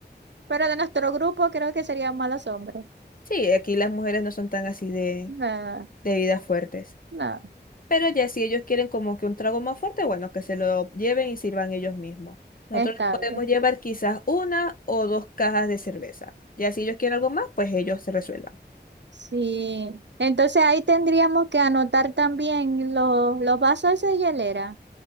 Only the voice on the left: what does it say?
Sí, aquí las mujeres no son tan así de,
de bebidas fuertes.
Pero ya si ellos quieren como que un trago más fuerte, bueno, que se lo lleven y sirvan ellos mismos. Nosotros
les podemos
llevar quizás una o dos cajas de cerveza. Ya si ellos quieren algo más, pues ellos se resuelvan.